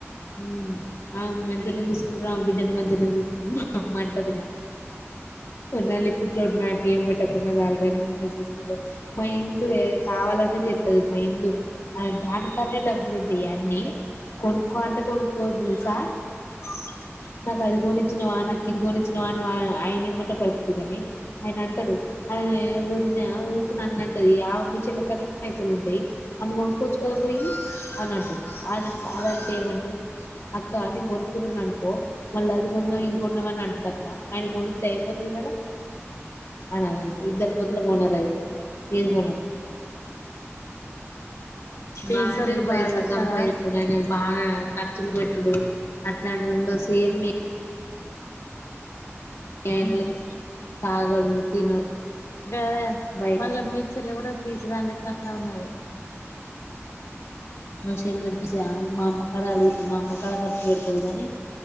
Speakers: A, on the left; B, on the left.
A: ఉమ్ ఆ మంచిగనే చూసుకుంటారు ఆ బిడ్డని మంచిగనే చూసుకుంట అమ్మ అంటదిగా నల్లి కుట్లోడు నాకు ఏం పెట్టకుండా వాళ్ళ చూసుకుంటారు మా ఇందు ఏ కావాలనే చేస్తది మా ఇందు అ దానికడనే డబ్బులు ఉంటేయి అన్ని కొ కో అంటే కొనుకోద్దు తెలుసా
B: అ
A: నాకు అది కోనిచ్చినవా నాకు ఇది కోనిచ్చినవా అని ఆయన ఎమ్మట పడుతుంది కాని ఆయన అంటాడు వదిన ఊరికిని అన్నంటది ఆ అమ్మ చెల్లకన్నా పైసలు ఉంటాయి అమ్మె కోనుకొచ్చుకదా పోయి అని అంటది అదంత అది చేమంటది అక్క నేను కొనుక్కున్నాను అనుకో మళ్ళ అది కొన్నావు ఇది కొన్నావు అని అంటది అక్క ఆయన మొలుతే అయిపోతుంది కదా అనదండి ఇద్దరు పోూతులో కోనారు అది ఏది ప కోనరు
B: పీసోళ్ళు
A: బానే పైసలు
B: బాగా
A: సంపాదిస్త
B: కదా
A: గానే బాగా ఖర్చులు పెట్టుడు అట్లాంటిది ఉండదు సేమ్ మి ఏమి
B: ఉమ్
A: లే తాగడు తినడు
B: గదే
A: బయట
B: మళ్ళా మి చెల్లి కూడా పీచ్చి దాన్ని లేకన్నా ఉన్నది
A: మా చెల్లి పిచ్చిదా మా అమ్మ కాడ అడుగుతు మా అమ్మ చానా ఖర్చు పెడతది కానీ